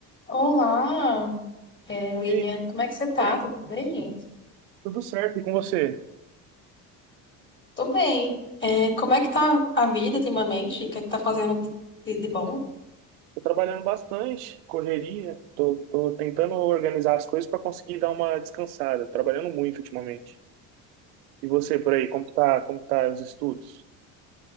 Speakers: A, on the left; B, on the right.
A: Olá, é, William,
B: E aí,
A: como é que você tá?
B: bem?
A: Tudo bem?
B: Tudo certo, e com você?
A: Tô bem. É, como é que tá a vida ultimamente? O que é que tá fazendo de, de bom?
B: Tô trabalhando bastante, correria, tô, tô tentando organizar as coisas para conseguir dar uma descansada, trabalhando muito ultimamente. E você por aí, como que tá, como que tá os estudos?